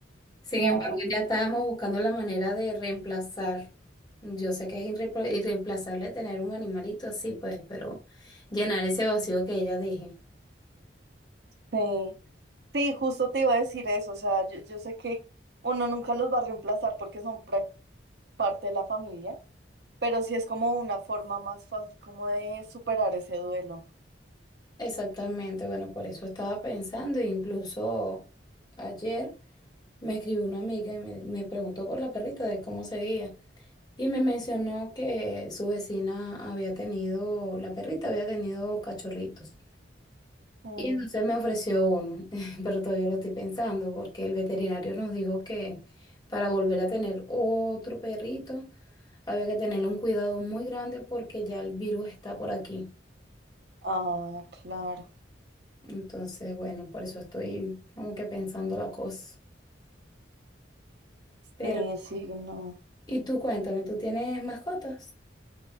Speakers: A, on the left (about 20°); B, on the right (about 60°).
A: Sin
B: No,
A: embargo, ya estábamos buscando la manera de reemplazar. Yo sé que es irre- irreemplazable tener un animalito así, pues, pero llenar ese vacío que ella dije.
B: sí. Sí, justo te iba a decir eso. O sea, yo, yo sé que uno nunca los va a reemplazar porque son prac- parte de la familia, pero sí es como una forma más fácil como de superar ese duelo.
A: Exactamente, bueno, por eso estaba pensando, e incluso ayer me escribió una amiga y me, me preguntó por la perrita de cómo seguía y me mencionó que su vecina había tenido, la perrita había tenido cachorritos.
B: Mm,
A: Y entonces me ofreció uno, <laughs> pero todavía lo estoy pensando porque el veterinario nos dijo que para volver a tener otro perrito había que tener un cuidado muy grande porque ya el virus está por aquí.
B: Ah, claro.
A: Entonces, bueno, por eso estoy como que pensando la cosa.
B: Sí,
A: Pero,
B: sí, no.
A: y tú cuéntame, ¿tú tienes mascotas?